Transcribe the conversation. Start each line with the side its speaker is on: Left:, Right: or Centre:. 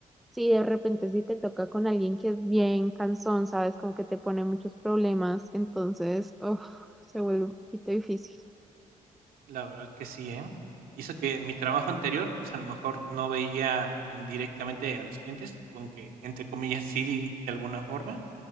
Centre: si de repente si te toca con alguien que es bien cansón, sabes, como que te pone muchos problemas, entonces, uf, se vuelve un poquito difícil.
Right: La verdad que sí, ¿eh? Y eso que en mi trabajo anterior, pues, a lo mejor no veía tan directamente a los clientes, aunque entre comillas sí, de alguna forma